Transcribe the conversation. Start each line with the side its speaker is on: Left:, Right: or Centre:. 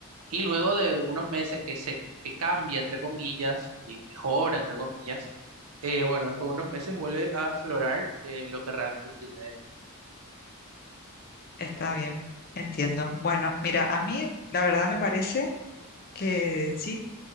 Right: Y luego de unos meses que se que cambia, entre comillas, y mejora, entre comillas, eh, bueno, después de unos meses vuelve a aflorar eh, lo que realmente tiene dentro.
Left: Está bien, entiendo. Bueno, mira, a mí la verdad me parece que sí,